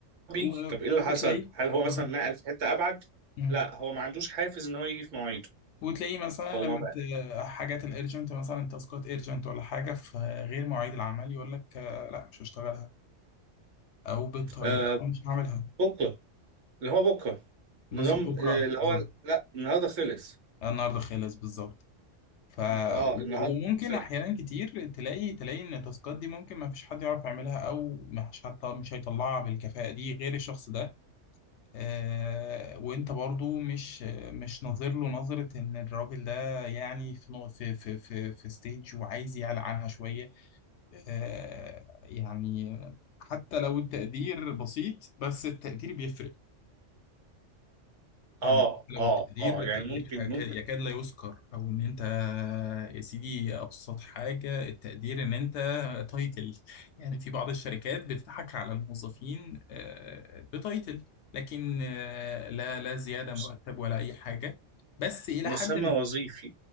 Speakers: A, on the right (about 65°); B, on the left (about 70°).
A: بيجي
B: و-
A: طب إيه اللي
B: وتلاقيه
A: حصل؟ هل هو مثلا
B: بالظبط
A: نقل في حتة أبعد؟
B: مم.
A: لا هو ما عندوش حافز إن هو يجي في مواعيده
B: وتلاقيه مثلا
A: هو
B: لما
A: ما بقى
B: ت... حاجات الارجنت مثلا تاسكات ارجنت ولا حاجه في غير مواعيد العمل يقول لك آه، لا مش هشتغلها او بالطريقه
A: آه
B: أنا مش هعملها
A: بكرة اللي هو بكرة
B: بالظبط
A: نظام
B: بكره
A: آه، اللي
B: بالظبط
A: هو لا النهارده خلص
B: النهارده خالص بالظبط ف و-
A: اه النهارده
B: وممكن
A: خلص
B: احيانا كتير تلاقي تلاقي ان التاسكات دي ممكن ما فيش حد يعرف يعملها او ما فيش حد مش هيطلعها بالكفاءه دي غير الشخص ده آه وانت برضو مش مش ناظر له نظره ان الراجل ده يعني في نو- في في في, في ستيج وعايز يعلى عنها شويه آه يعني حتى لو التقدير بسيط بس التقدير بيفرق يعني
A: اه
B: لو
A: اه
B: التقدير
A: اه
B: التقدير
A: يعني ممكن
B: حاجة-
A: ممكن
B: يكاد لا يذكر او ان انت يا سيدي ابسط حاجه التقدير ان انت تايتل يعني في بعض الشركات بتضحك على الموظفين آه، بتايتل لكن آه، لا لا زياده
A: مس-
B: مرتب ولا اي حاجه بس الى
A: مسمى
B: حد ما
A: وظيفي